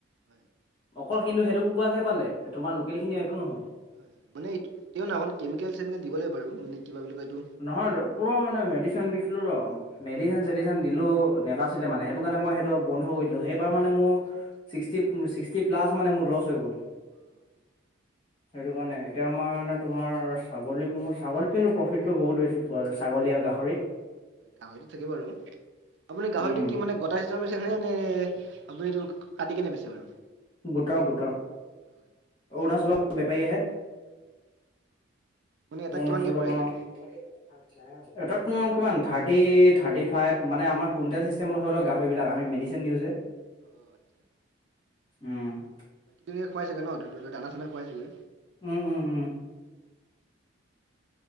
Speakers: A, on the right; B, on the left.
A: হয়
B: অকল কিন্তু সেইটো কুকুৰাক হে পালে তোমাৰ লোকেলখিনি একো নহ'ল
A: হয় হয় মানে তেওঁ ন অক কেমিকেল চেমিকেল দিব লাগে বাৰু মানে কিবা বুলি কয় এইটো
B: নহয় পুৰা মানে মেডিচিন দিছ ছিলোঁ ত
A: হয়
B: মেডিচিন
A: হয়
B: চেডিচিন দিলোঁ নেবাচছিলে মানে সেইটো কাৰণে মই সেইটো বন্ধ কৰি দিলোঁ সেইবাৰ মানে মোৰ
A: আচ্ছা আচ্ছা
B: ছিক্সটি ছিক্সটি প্লাছ মানে মোৰ লচ হৈ গ'ল।
A: অ
B: সেইটো কাৰণে এতিয়া আমাৰ মানে তোমাৰ ছাগলী পুহো ছাগলী কিন্তু প্ৰফিটটো বহুত বেছি পোৱা যায় ছাগলী আৰু গাহৰিত
A: গাহৰিত থাকে বাৰু আপুনি গাহৰিটো
B: উম।
A: কি মানে গোটা চিষ্টেমত বেছে নে নে আপুনি এটো কাটি কেনে বেছে বাৰু
B: গোটা গোটা
A: হয়
B: অৰুণাচলৰ বেপাৰী আহে
A: হয় মানে এটাত
B: অৰুণাচলৰ
A: কিমানকে পৰেগৈ
B: পৰা অ এটাত তো কিমান থাৰ্টি থাৰ্টি ফাইভ মানে আমাৰ কুইণ্টেল চিষ্টেমত হয় ন গাহৰিবিলাক আমি মেডিচিন দিওঁ যে
A: অ' আচ্ছা
B: উম
A: বাকী তুমি খুৱাই চাগে ন দানা চানা খুৱাইছাগে
B: উম উম উম